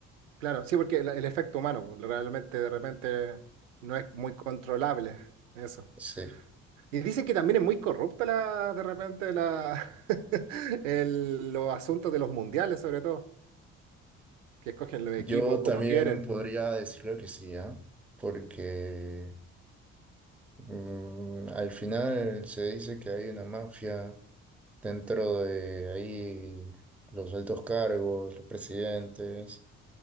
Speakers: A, on the right (about 75°); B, in the centre.
A: Claro, sí, porque el, el efecto humano pues, realmente de repente no es muy controlable eso.
B: Sí,
A: Y dicen que también es muy corrupta la, de repente la, <laughs> el- los asuntos de los mundiales, sobre todo, que escogen los equipos
B: yo también
A: como quieren.
B: podría decirlo que sí, ¿ah? Porque mm, al final se dice que hay una mafia dentro de ahí, los altos cargos, los presidentes,